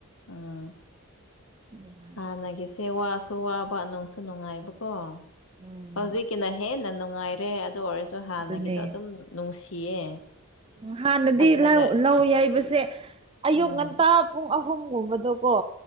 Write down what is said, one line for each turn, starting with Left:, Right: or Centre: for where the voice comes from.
Left: ꯎꯝ
Right: <unintelligible>
Left: ꯍꯥꯟꯅꯒꯤꯁꯦ ꯋꯥꯁꯨ ꯋꯥꯕ ꯅꯨꯡꯁꯨ ꯅꯨꯡꯉꯥꯏꯕꯀꯣ
Right: ꯎꯝ
Left: ꯍꯧꯖꯤꯛꯀꯤꯅ ꯍꯦꯟꯅ ꯅꯨꯡꯉꯥꯏꯔꯦ ꯑꯗꯨ ꯑꯣꯏꯔꯁꯨ ꯍꯥꯟꯅꯒꯤꯗꯣ
Right: ꯑꯗꯨꯅꯦ
Left: ꯑꯗꯨꯝ ꯅꯨꯡꯁꯤꯌꯦ
Right: ꯎ ꯍꯥꯟꯅꯗꯤ
Left: ꯈꯜꯂꯒ
Right: ꯂꯧ ꯍꯥꯏꯕꯁꯦ ꯑꯌꯨꯛ
Left: ꯎꯝ
Right: ꯉꯟꯇꯥ ꯄꯨꯡ ꯑꯍꯨꯝꯒꯨꯝꯕꯗꯣꯀꯣ